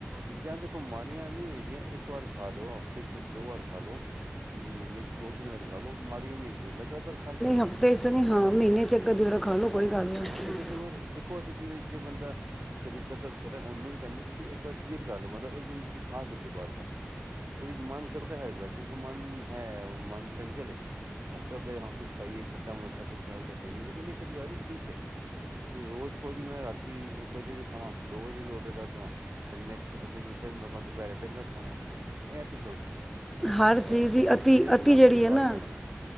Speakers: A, on the right; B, in the centre.
A: ਚੀਜ਼ਾਂ ਦੇਖੋ ਮਾੜੀਆਂ ਨੀ ਹੈਗੀਆਂ ਇੱਕ ਵਾਰ ਖਾ ਲੋ ਹਫ਼ਤੇ ਚ ਦੋ ਵਾਰ ਖਾ ਲੋ ਮਹੀਨੇ ਚ ਦੋ ਤਿੰਨ ਵਾਰੀ ਖ਼ਾ ਲੋ ਮੜੀਆਂ ਨੀ ਹੈਗੀਆ ਲਗਾਤਾਰ ਖਾਂ
B: ਹਫ਼ਤੇ ਇਸਸ ਨੇ ਹਾਂ ਮਹੀਨੇ ਚਚ ਇੱਕ ਦਿਰਾ ਖਾ ਲਓ ਕੋਈ ਗੱਲ ਨਹੀਂ
A: ਹਾਂ ਇੱਕ ਆਦਿ ਵਾਰ ਦੇਖੋ ਜਿਵੇਂ ਜੇ ਬੰਦਾ ਕਦੀ ਕਸਰਤ ਕਰੇ ਉਹਨੂੰ ਵੀ ਕਹਿੰਦੇ ਤੁਸੀਂ ਇੱਕ ਵਾਰ ਚੀਟ ਕਰ ਲਓ ਮਤਲਬ ਇੱਕ ਦਿਨ ਤੁਸੀਂ ਖਾ ਸਕਦੇ ਹੋ ਬਾਹਰ ਦਾ ਵਿਚ ਮਨ ਕਰਦਾ ਹੈ ਏਕ ਵਾਰ ਵਿ ਦੇਖੋ ਮਨ ਹੈ ਉਹ ਮਨ ਚੰਚਲ ਹੈ ਉਹ ਕਰਦਾ ਹਾਂ ਕੁਛ ਖਾਈਏ ਖੱਟਾ ਮਿੱਠਾ ਕੁਛਾ ਖਾਈਏ ਲੇਕਿਨ ਏਕ ਅਦੀ ਵਾਰੀ ਠੀਕ ਹੈ ਤੁਸੀਂ ਰੋਜ਼ ਕਹੋ ਜੀ ਮੈਂ ਰਾਤੀ ਇੱਕ ਵਜੇ ਵੀ ਖਾਵਾਂ ਦੋ ਵਜੇ ਵੀ ਡਰ ਕਰ ਦੇਵਾਂ ਫ ਨੈਕ ਅਗਲੇ ਦਿ ਫਿਰ ਮੈਂ ਦੁਪਹਿਰੇ ਫਿਰ ਮੈਂ ਖਾਣਾ ਤੇ ਇਹ ਤੇ ਗਲਤ
B: ਹਰ ਚੀਜ਼
A: ਇਹ
B: ਦੀ
A: ਅਸੀਂ
B: ਅਤੀ
A: ਸਰੀਰ ਦੇ
B: ਅਤੀ
A: ਨਾਲ
B: ਜਿਹੜੀ
A: ਖਿਲਵਾੜ
B: ਹੈ ਨਾ
A: ਕਰ ਰਹੇ ਹਾਂ